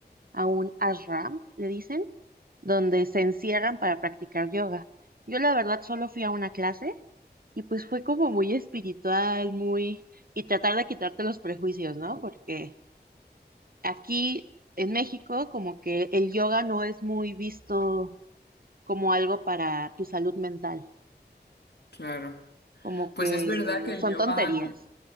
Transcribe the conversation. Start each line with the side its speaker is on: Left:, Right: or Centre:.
Right: a un ashram, le dicen, donde se encierran para practicar yoga. Yo la verdad solo fui a una clase y pues fue como muy espiritual, muy... y tratar de quitarte los prejuicios, ¿no? Porque Aquí en México, como que el yoga no es muy visto como algo para tu salud mental,
Left: Claro.
Right: como
Left: Pues
Right: que
Left: es verdad que el
Right: son
Left: yoga
Right: tonterías.
Left: no-